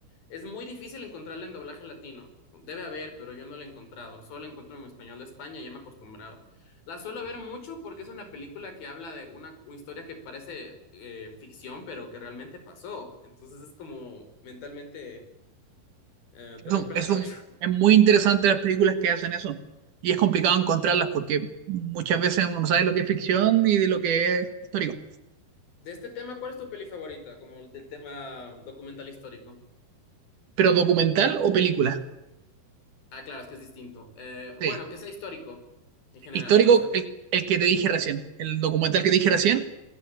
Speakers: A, on the left (about 70°); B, on the right (about 60°).
A: es muy difícil encontrarla en doblaje latino. Debe haber, pero yo no la he encontrado. Solo la encuentro en español de España y ya me he acostumbrado. La suelo ver mucho porque es una película que habla de una, una historia que parece eh, ficción, pero que realmente pasó. Entonces es como mentalmente eh, te
B: es,
A: rompe
B: un- es,
A: la cabeza.
B: un-
A: <laughs>
B: es muy interesante las películas que hacen eso. Y es complicado encontrarlas porque muchas veces uno no sabe lo que es ficción y de lo que es histórico.
A: De este tema, ¿cuál es tu peli favorita? Como el del tema documental histórico.
B: Pero documental o película.
A: Ah, claro, es que es distinto. Eh,
B: Sí.
A: bueno, que sea histórico en general,
B: Histórico,
A: puede ser.
B: el, el que te dije recién. El documental que te dije recién,